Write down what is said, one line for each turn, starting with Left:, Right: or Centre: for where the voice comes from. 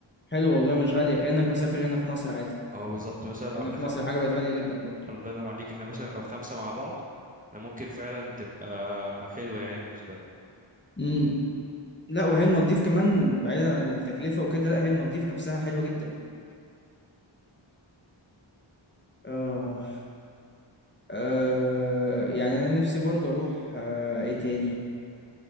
Left: حلو والله مش غاليه كانك مسافر هنا في مصر عادي
Right: اه بالظبط مثلا لو
Left: هنا
Right: احنا
Left: في
Right: خم...
Left: مصر حاجه بقت غاليه جدا برضو
Right: الله ينور عليك احنا مثلا لو خمسة مع بعض احنا ممكن فعلا تبقى حلوة يعني بالنسبة لنا
Left: امم لا وهي المالديف كمان بعيدا عن التكلفه وكده لا هي المالديف نفسها حلوه جدا آه. آه، يعني أنا نفسي برضه أروح آه، إيه تاني